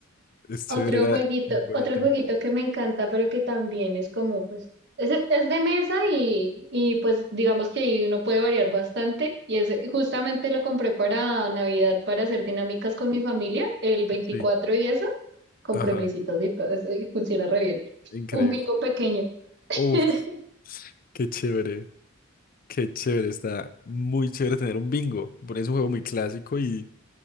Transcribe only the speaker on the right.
Otro
jueguito,
otro jueguito que me encanta, pero que también es como, pues, es, es de mesa y, y pues digamos que ahí uno puede variar bastante. Y es, justamente lo compré para Navidad para hacer dinámicas con mi familia, el veinticuatro
y eso, con
premiecitos y todo eso, y funciona re bien.
Un bingo pequeño.
<laughs>